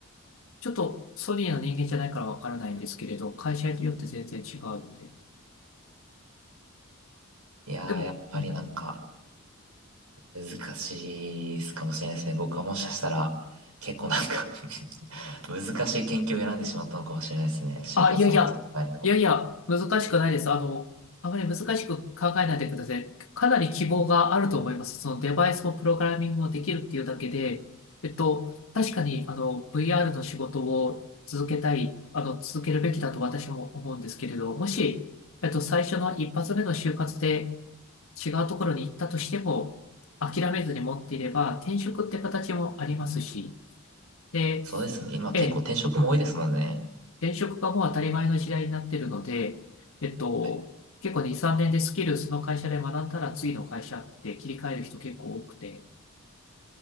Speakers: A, on the left; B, on the right.
A: ちょっとソニーの人間じゃないからわからないんですけれど、会社によって全然違うので。
B: いやー、
A: でも、
B: やっぱりなんか
A: うん
B: 難しいかもしれないですね。僕はもしかしたら結構なんか <laughs> 難しい研究を選んでしまったのかもしれないですね。就活のことを考えると。
A: あ、いやいや、いやいや、難しくないです。あの、あまり難しく考えないでください。かなり希望があると思います。そのデバイスもプログラミングもできるっていうだけで、えっと、確かに、あの、VR の仕事を続けたい、あの、続けるべきだと私も思うんですけれど、もし、えっと、最初の一発目の就活で、違うところに行ったとしても、諦めずに持っていれば、転職って形もありますし、で、
B: そうですね。今結構転職も多いですもんね。
A: ええ、転職がもう当たり前の時代になっているので、えっと、
B: はい
A: 結構2、3年でスキルその会社で学んだら次の会社って切り替える人結構多くて、